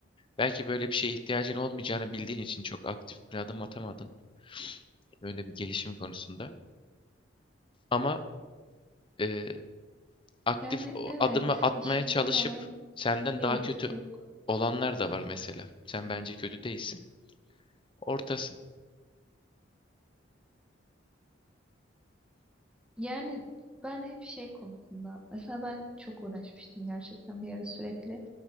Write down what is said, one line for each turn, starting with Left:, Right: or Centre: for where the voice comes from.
Left: belki böyle bir şeye ihtiyacın olmayacağını bildiğin için çok aktif bir adım atamadın. Böyle bir gelişim konusunda. Ama e, aktif
Centre: Yani
Left: o
Centre: evet
Left: adımı atmaya
Centre: işimde
Left: çalışıp
Centre: falan
Left: senden
Centre: Bir
Left: daha
Centre: etkisi
Left: kötü
Centre: yok.
Left: olanlar da var mesela. Sen bence kötü değilsin. Ortasın.
Centre: Yani ben hep şey konusunda mesela ben çok uğraşmıştım gerçekten bir ara sürekli